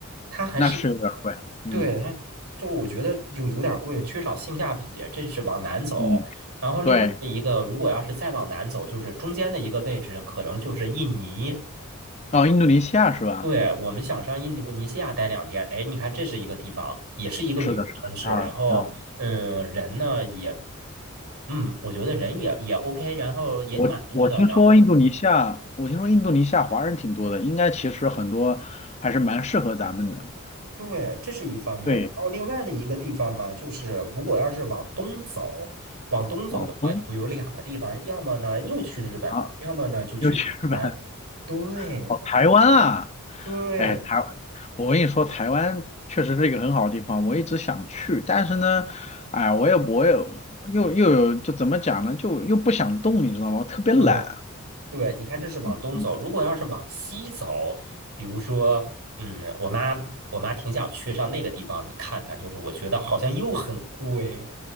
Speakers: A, on the right (about 80°); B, on the left (about 30°).
A: 它还是
B: 那是有点贵。嗯
A: 对它，就我觉得有有点贵，缺少性价比，这是往南走。
B: 嗯，
A: 然后另外的一个，
B: 对，
A: 如果要是再往南走，就是中间的一个位置，可能就是印尼。
B: 哦，印度尼西亚是吧？
A: 对，我们想上印度尼西亚待两天，哎，你看这是一个地方，也是一个旅游城市，
B: 是的，是的，好，
A: 然后嗯，
B: 啊好。
A: 人呢也，嗯，我觉得人也也 OK，然后也蛮多的，
B: 我我听说印度尼西亚，
A: 然后。
B: 我听说印度尼西亚华人挺多的，应该其实很多还是蛮适合咱们的。
A: 对，这是一方面。
B: 对，
A: 然后另外的一个地方嘛，就是如果要是往东走，往东走的话，
B: 往东
A: 就会有两个地方，要么呢又去日本了，
B: 啊，
A: 要么呢就去台湾。
B: 又去日本，
A: 对
B: 哦，台湾啊，
A: 对
B: 哎，台，我跟你说，台湾确实是一个很好的地方，我一直想去，但是呢，哎，我也我也又又有就怎么讲呢，就又不想动，你知道吗？我特别懒。
A: 对对，你看这是往东走。
B: 嗯，
A: 如果要是往西走，比如说，嗯，我妈我妈挺想去上那个地方看看，就是我觉得好像又很贵，